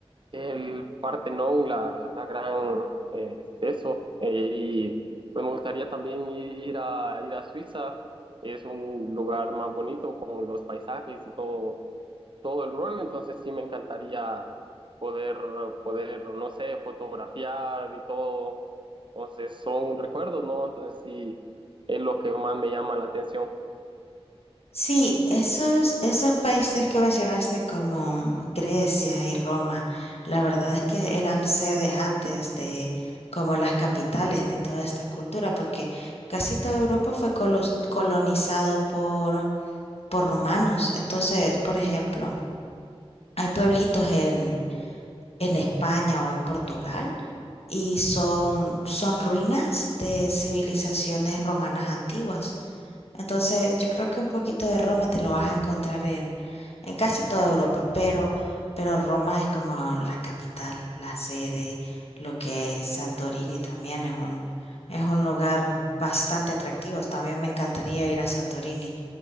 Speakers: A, on the right; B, on the left.
A: el Partenón, la, la gran eh, eso, eh, y pues me gustaría también i- ir a, ir a Suiza, es un lugar más bonito con los paisajes y todo, todo el rollo, entonces sí me encantaría poder, poder, no sé, fotografiar y todo, entonces son recuerdos, ¿no? Entonces sí, es lo que más me llama la atención.
B: Sí, esos, esos países que mencionaste como Grecia y Roma, la verdad es que eran sedes antes de como las capitales de toda esta cultura, porque casi toda Europa fue colos- colonizado por, por romanos. Entonces, por ejemplo, Hay pueblitos en, en España o en Portugal y son, son ruinas de civilizaciones romanas antiguas. Entonces, yo creo que un poquito de Roma te lo vas a encontrar en, en casi toda Europa, pero, pero Roma es como la capital, la sede, lo que es Santorini también es un, es un lugar bastante atractivo. También me encantaría ir a Santorini